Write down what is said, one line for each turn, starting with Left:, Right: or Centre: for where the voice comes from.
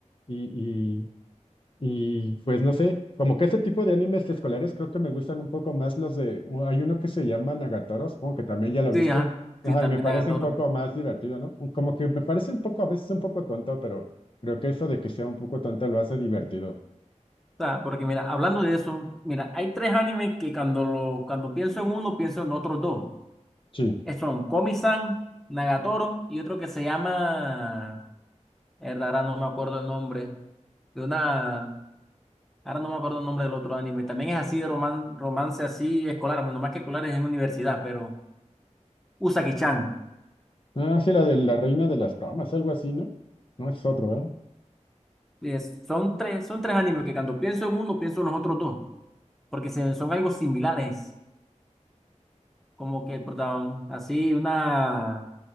Left: Y, Y pues no sé, como que ese tipo de animes escolares creo que me gustan un poco más los de, u- hay uno que se llama Nagatoro, supongo que también ya lo
Centre: Sí,
Left: viste,
Centre: ajá,
Left: ajá,
Centre: sí, también
Left: y me parece
Centre: de Agatoro.
Left: un poco más divertido, ¿no? Un- Como que me parece un poco, a veces un poco tonto, pero creo que eso de que sea un poco tonto lo hace divertido.
Centre: sea, porque mira, hablando de eso, mira, hay tres animes que cuando, lo, cuando pienso en uno, pienso en otros dos.
Left: Sí.
Centre: Eh, Son Komi-san, Nagatoro y otro que se llama... Mierda, Ahora no me acuerdo el nombre. De una... Ahora no me acuerdo el nombre del otro anime. También es así de roman- romance así escolar, menos más que escolar es en universidad, pero Usagi-chan.
Left: Ah, sí, la de la reina de las ramas, algo así, ¿no? No es otro, ¿verdad?
Centre: Es- son tres, son tres animes que cuando pienso en uno, pienso en los otros dos, porque se, son algo similares. como que el protagonista, así una,